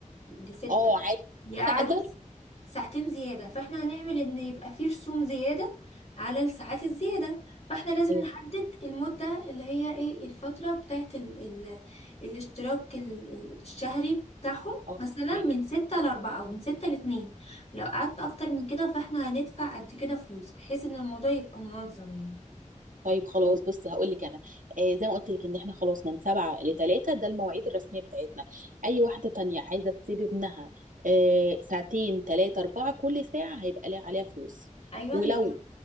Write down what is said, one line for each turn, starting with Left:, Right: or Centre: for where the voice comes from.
Left: لستة
Right: اه عادي
Left: دي قعدة
Right: لا ده
Left: ساعتين زيادة فاحنا هنعمل ان يبقى فيه رسوم زيادة على الساعات الزيادة فاحنا لازم
Right: ايوه
Left: نحدد المدة اللي هي ايه الفترة بتاعت ال ال الاشتراك ال- ال- الشهري بتاعهم
Right: اه
Left: مثلا
Right: ماشي
Left: من ستة لأربعة أو من ستة لاتنين لو قعدت أكتر من كده فاحنا هندفع قد كده فلوس بحيث ان الموضوع يبقى منظم يعني
Right: طيب خلاص بصي هقول لك انا آه زي ما قلت لك ان احنا خلاص من سبعة لثلاثة ده المواعيد الرسمية بتاعتنا اي واحدة تانية عايزة تسيب ابنها آه ساعتين ثلاثة أربعة كل ساعة هيبقى ليها عليها فلوس
Left: أيوة
Right: ولو
Left: بالظبط